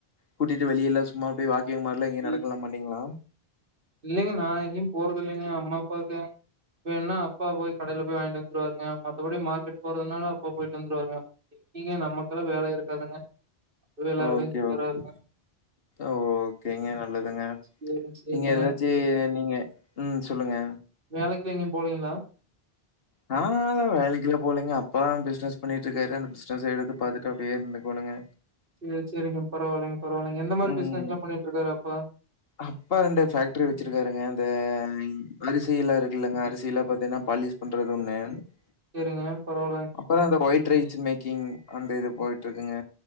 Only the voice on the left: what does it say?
கூட்டிட்டு வெளியே எல்லா சுத் சும்மா அப்டியே வாக்கிங் மாரில்லா எங்கேயு நடக்கலா
மாட்டிங்ளா
ஓகே
ஓகே ஓகேங்க நல்லதுங்க நீங்
நீங்க ஏதாச்சு நீங்க ம் சொல்லுங்க
நா அத வேலைக்குல்ல போலங்க அப்பா பிசினஸ் பண்ணிட் இருக்காரு அந்த பிசினஸ் எடுத்து பாத்துட்டு அப்டியே இருந்துக்கோனுங்க
ம்.
அப்பா ரெண்டு பேக்ட்ரி வச்சிருக்காருங்க அந்த அரிசிய எல்லா இருக்கு இல்லங்க அரிசில்லா பாத்தீங்னா பாலிஷ் கொண்டிருக்கன்னேன் <unintelligible>
அப்பறோ அந்த ஒயிட் ரைஸ் ரீ மேக்கிங் அந்த இது போயிட்டு இருக்குங்க